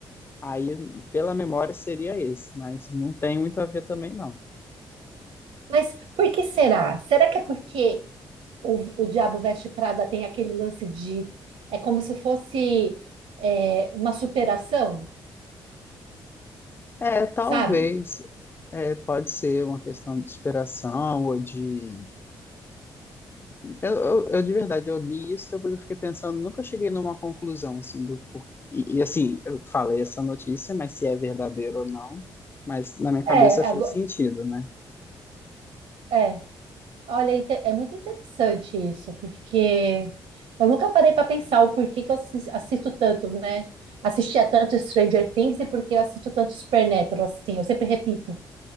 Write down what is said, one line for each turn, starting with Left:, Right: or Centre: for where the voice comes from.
Left: Aí, pela memória, seria esse, mas não tem muito a ver também, não.
Right: Mas por que será? Será que é porque o, o Diabo Veste Prada tem aquele lance de. É como se fosse é, uma superação,
Left: É, talvez,
Right: sabe?
Left: é, pode ser uma questão de inspiração ou de Eu, eu, eu, de verdade, eu li isso, depois eu fiquei pensando, nunca cheguei numa conclusão, assim, do porquê. E, e, assim, eu falei essa notícia, mas se é verdadeiro ou não, mas na minha cabeça
Right: É,
Left: fez
Right: agora,
Left: sentido, né?
Right: é. Olha, é inte- é muito interessante isso, porque eu nunca parei para pensar o porquê que eu assis- assisto tanto, né? Assistia tanto Stranger Things e porque eu assisto tanto Supernatural, assim, eu sempre repito.